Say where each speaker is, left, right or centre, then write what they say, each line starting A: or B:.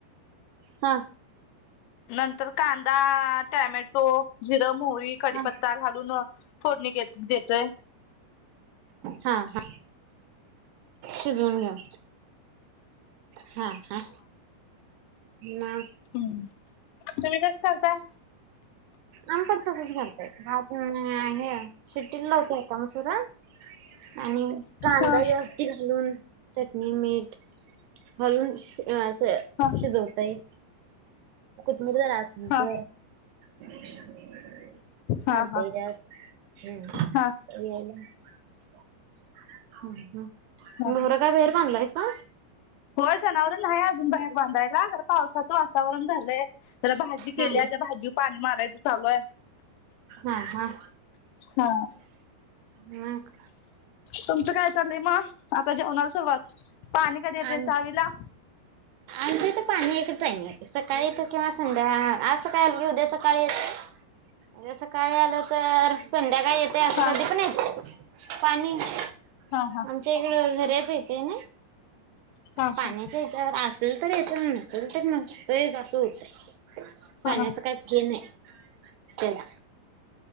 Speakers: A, on the right; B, on the left.
A: हा.
B: नंतर कांदा, टॅमॅटो, जिरं, मोहरी, कडीपत्ता
A: हा
B: घालून फोडणीे देत देतय.
A: हा हा. शिजून घ्याल. हा हा. ना.
B: हम्म तुम्ही कस करताय.
A: आम्ही पण तसच करतय वाफ देउन हे शिट्टच लावते मसुरा आणि कांदा
B: हा
A: वस्ती घालून चटणी मीठ घालून अस
B: हा
A: शिजवता ये. मरध राजसनकर
B: हा
A: <unintelligible>
B: हा हा हा
A: <unintelligible> ह ह
B: हा
A: जनावर काय बाहेर बनलायसा.
B: होय जनावरला हाहे अजून बाहेर बांधाय. ह जरा पावसाचं वातावरण झालंय जरा भाजी
A: हा
B: केली त्या भाजीवर पाणी मारायचं चालूये.
A: हा हा.
B: हा.
A: मग
B: तुमचं काय चाललंय मग आता जेवणाला सुरुवात पाणी कधी येते
A: आमच
B: चावीला.
A: आमच्या ईथ पाणी एक टाम येत सकाळी येत किंवा संध्या आज सकाळ की उद्या सकाळी येत. म्हणजे सकाळी आलं तर संध्याकाळी येत ते असं
B: हा
A: कधी पण येत पाणी
B: हा हा
A: आमच्या इकड झरे येते ना
B: हा
A: पाण्याच्या
B: हा
A: हच्यावर असेल तर येत असल तर नसत येत असं होतय
B: हा
A: पाण्याच काय फ्री नाय. चला.